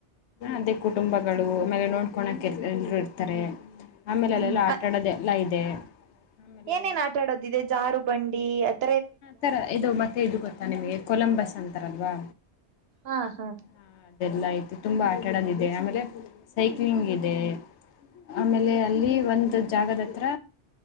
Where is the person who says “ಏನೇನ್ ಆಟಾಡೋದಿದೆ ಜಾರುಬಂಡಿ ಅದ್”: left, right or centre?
Right